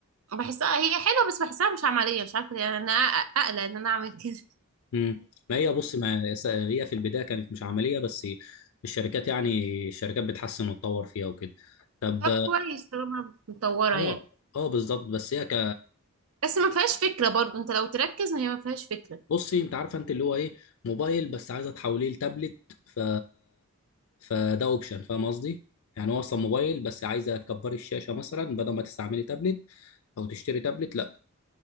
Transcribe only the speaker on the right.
بحسها هي حلوه بس بحسها مش عمليه مش عارفه ليه يعني انا أق- اقلق ان انا اعمل كده
<laughs>
طب كويس طالما مطوره
يعني
بس ما فيهاش فكره برضو انت لو تركز هي ما فيهاش فكره